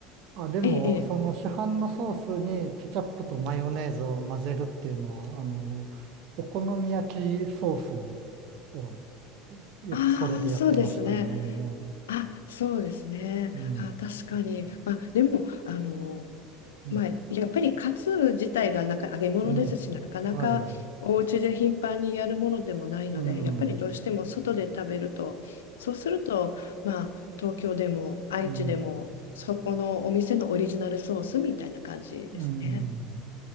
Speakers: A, on the right; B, on the left.
A: あ、でも、
B: ええ、ええ。
A: その市販のソースにケチャップとマヨネーズを混ぜるっていうのは、あの、お好み焼きソースに、を、よくそれでやってましたね。
B: ああ、そうですね。あ、そうですね。
A: うん、
B: あ、確かに。まあ、でも、あの、
A: うん、
B: まあ、やっぱりカツ自体がなか揚げ物ですし、
A: うん、
B: なかなかお家で頻繁にやるものでもないので、
A: はい、うん、
B: やっぱりどうしても外で食べると、
A: うん、
B: そうすると、まあ、東京でも愛知でも、
A: うん、
B: そこのお店のオリジナルソースみたいな感じですね。
A: うん。